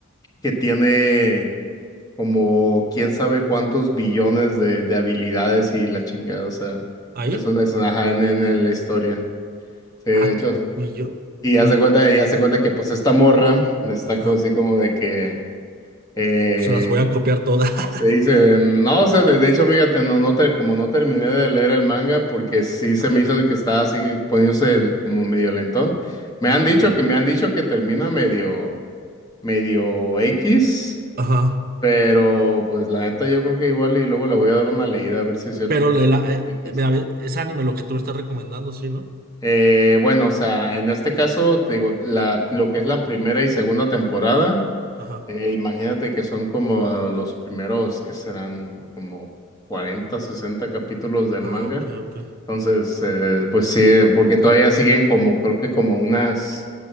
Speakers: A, on the left; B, on the right.
A: que tiene como quién sabe cuántos billones de, de habilidades y la chingada, o sea,
B: ¿Ahí?
A: es una, es una ajá, en, en- en la historia. Sí, de
B: Ah,
A: hecho,
B: uy, yo.
A: y haz
B: uy,
A: de cuenta, y haz de cuenta que pues esta morra está
B: ajá.
A: como así como de que, eh,
B: Pues se las voy a copiar todas.
A: ¿cómo
B: <laughs>
A: se dice? No, o sea, de, de hecho, fíjate, no, no te, como no terminé de leer el manga porque sí se
B: Ajá.
A: me hizo de que estaba así poniéndose como medio lentón. Me
B: ah,
A: han dicho que, me han dicho que termina medio, medio X.
B: ajá.
A: Pero, pues la neta, yo creo que igual y luego le voy a dar una leída a ver si es cierto
B: Pero
A: que
B: le
A: es
B: la- eh,
A: X.
B: eh, vea, ve- es anime lo que tú me estás recomendando, ¿sí, no?
A: Eh, bueno, o sea, en este caso, te digo, la, lo que es la primera y segunda temporada,
B: Ajá.
A: eh, imagínate que son como los primeros que serán como 40 60 capítulos del
B: Ah,
A: manga.
B: ok, ok.
A: Entonces, eh, pues sí, eh, porque todavía siguen como, creo que como unas